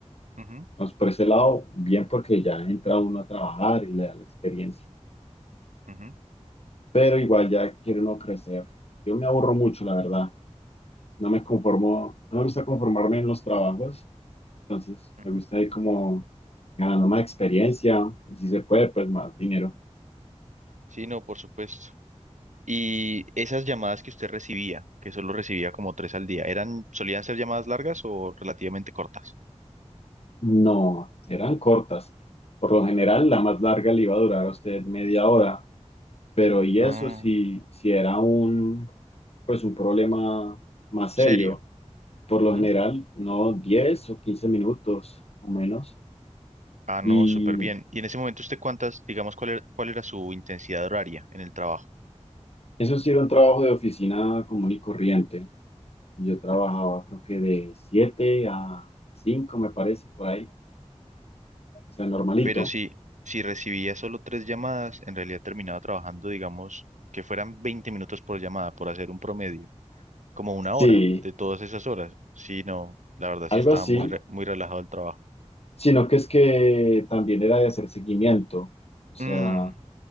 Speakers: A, on the right; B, on the left.
A: Ujú,
B: Entonces, por ese lado, bien porque ya entra uno a trabajar y le da la experiencia.
A: ujú,
B: pero igual ya quiero no crecer. Yo me aburro mucho, la verdad. No me conformo, no me gusta conformarme en los trabajos, entonces
A: ujú.
B: me gusta ir como ganando más experiencia y si se puede, pues más dinero.
A: Sí, no, por supuesto. Y esas llamadas que usted recibía, que solo recibía como tres al día, ¿eran, solían ser llamadas largas o relativamente cortas?
B: No, eran cortas. Por lo general, la más larga le iba a durar a usted media hora, pero y
A: Ah,
B: eso si, si era un, pues un problema más serio.
A: serio.
B: Por
A: Ujú.
B: lo general, no 10 o 15 minutos o menos.
A: Ah, no,
B: Y
A: súper bien. ¿Y en ese momento usted cuántas, digamos, cuál era, cuál era su intensidad horaria en el trabajo?
B: Eso sí era un trabajo de oficina común y corriente. Y Yo trabajaba creo que de 7 a 5 me parece, por ahí. O sea, normalito.
A: Pero si, si recibía solo tres llamadas, en realidad terminaba trabajando, digamos, que fueran 20 minutos por llamada, por hacer un promedio, como una
B: Sí,
A: hora de todas esas horas. Sí, no, la verdad sí
B: algo
A: estaba
B: así.
A: muy, re- muy relajado el trabajo.
B: Sino que es que también era de hacer seguimiento. O sea,
A: Mm,